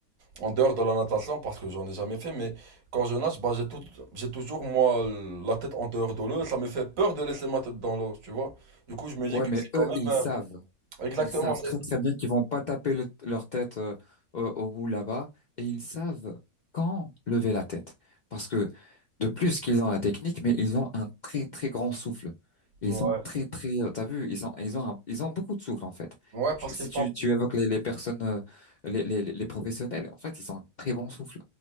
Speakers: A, on the right; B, on the left.
A: en dehors de la natation, parce que j'en ai jamais fait, mais quand je nage, bah, j'ai tout, j'ai toujours, moi, la tête en dehors de l'eau, ça me fait peur de laisser ma tête dans l'eau, tu vois. Du coup, je me dis
B: ouais,
A: que
B: mais
A: c'est quand
B: eux,
A: même,
B: ils
A: euh,
B: savent.
A: exactement,
B: Ils savent
A: c'est,
B: très très bien qu'ils vont pas taper le- leur tête euh, au, au bout là-bas et ils savent quand lever la tête. Parce que de plus qu'ils ont la technique, mais ils ont un très très grand souffle. Ils
A: ouais.
B: ont très très, euh, t'as vu, ils ont ils ont un- ils ont beaucoup de souffle en fait.
A: Ouais,
B: Tu-
A: parce
B: Si
A: que
B: tu, tu évoques les, les personnes, euh, les, les, les professionnels, en fait, ils ont un très bon souffle.